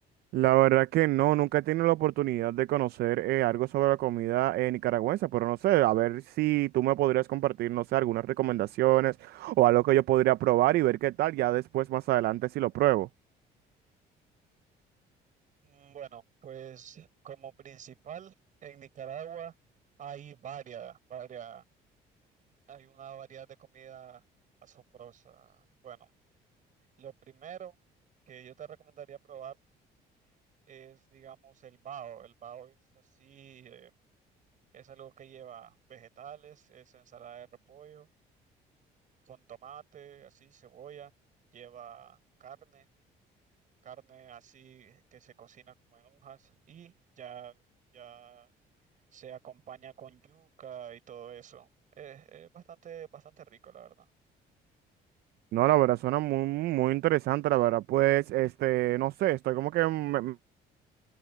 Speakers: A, on the right; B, on the right.
A: La verdad que no, nunca he tenido la oportunidad de conocer eh, algo sobre la comida eh, nicaragüense, pero no sé, a ver si tú me podrías compartir, no sé, algunas recomendaciones o algo que yo podría probar y ver qué tal, ya después más adelante si lo pruebo.
B: Mm, Bueno, pues como principal en Nicaragua hay varias, varias, hay una variedad de comida asombrosa. Bueno, lo primero que yo te recomendaría probar es, digamos, el bao. El bao es así, eh, es algo que lleva vegetales, es ensalada de repollo, con tomate, así, cebolla, lleva carne, carne así que se cocina como en hojas y ya, ya se acompaña con yuca y todo eso. Es, es bastante, bastante rico, la verdad.
A: No, la verdad suena muy, muy interesante, la verdad, pues, este, no sé, estoy como que me,